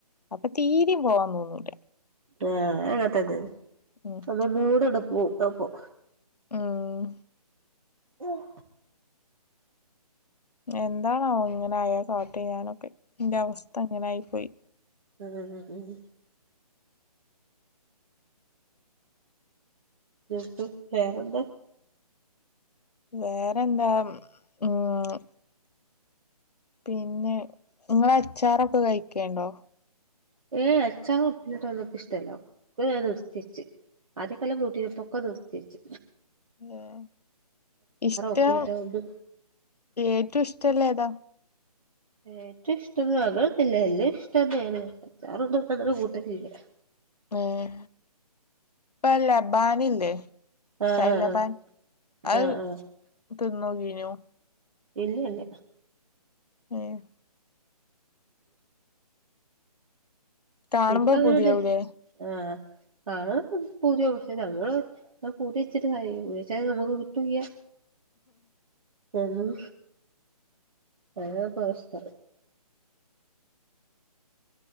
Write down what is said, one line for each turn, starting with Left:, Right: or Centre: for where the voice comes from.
Left: അപ്പം തീരിം പോവാൻ തോന്നൂല
Right: ആഹ് അത് അങ്ങൻത്തന്നെ ആണ്
Left: ഉം
Right: അപ്പോ മൂടണ്ട് പോവും അപ്പം
Left: ഉം
Right: ഉം
Left: എന്താണാവോ ഇങ്ങനെ ആയാ കാട്ട ഞാനൊക്കെ ഇന്റെ അവസ്ഥ ഇങ്ങെനായി പോയി
Right: ആഹ് ഉം ന്ന്ട്ടു വേറെന്താ
Left: വേറെന്താ ഉം പിന്നെ ഇങ്ങള് അച്ചാറൊക്കെ കഴിക്കേണ്ടോ
Right: ഇല്ലല്ല അച്ചാർ ഉപ്പിലിട്ടത് ഒന്നും ക് ഇഷ്ടല്ല പിന്നെ ഞാ നിർത്തിവച്ച് ആദ്യൊക്കെ നല്ലം കൂട്ടീന് ഇപ്പൊക്കെ നിർത്തിവച്ച്
Left: ഏഹ് ഇഷ്ടം
Right: ഉപ്പിലിട്ടതൊന്നും
Left: ഏറ്റവും ഇഷ്ടല്ല ഏതാ
Right: ഏറ്റും ഇഷ്ടം അങ്ങനെ ഒന്നുല്യ എല്ലാം ഇഷ്ട തന്നെണ് അച്ചാറൊന്നുംങ്ങനെ കൂട്ടലില്ല
Left: ഏഹ് പ ലബാനണ്ട്
Right: ആഹ്
Left: സൈ
Right: ആഹ്
Left: ലബാൻ അ
Right: ആഹ് ആഹ്
Left: തിന്നോക്കീനോ
Right: ഇല്ലല്ല
Left: ഏഹ് കാണുമ്പോ
Right: ഇപ്പ അങ്ങനണ്ട്
Left: പൂതിയാവൂലേ
Right: ആഹ് വാങ്ങണം പൂതി ആവും പക്ഷ ഞങ്ങള് പ പൂതി വച്ചിട്ട് കാര്യല്ല പൂതി വച്ചാൽ നമുക്ക് കിട്ടുല്യ എന്നും അതാ ഇപ്പൊ അവസ്ഥ